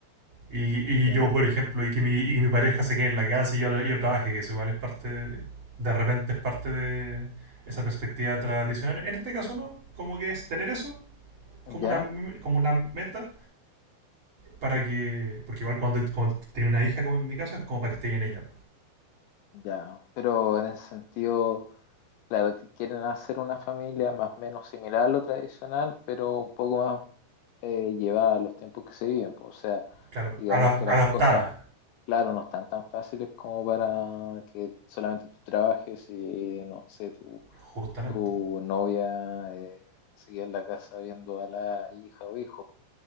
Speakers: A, on the right; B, on the left.
A: Y,
B: ya,
A: y yo, por ejemplo, y que, mi, y que mi pareja se quede en la casa y yo, yo trabaje, que eso igual es parte, de, de repente es parte de esa perspectiva tradicional. En este caso no, como que es tener eso como
B: ya,
A: una, como una meta para que. Porque igual cuando, cuando tenía una hija, como en mi caso, es como para que esté bien ella.
B: ya. Pero en ese sentido, claro, ti- quieren hacer una familia más o menos similar a lo tradicional, pero un poco más eh, llevada a los tiempos que se viven. pues, o sea,
A: Claro,
B: digamos
A: ada-
B: que
A: adaptada,
B: las cosas, claro, no están tan fáciles como para que solamente tú trabajes y no sé, tú
A: justamente.
B: Tu novia eh, sigue en la casa viendo a la hija o hijo,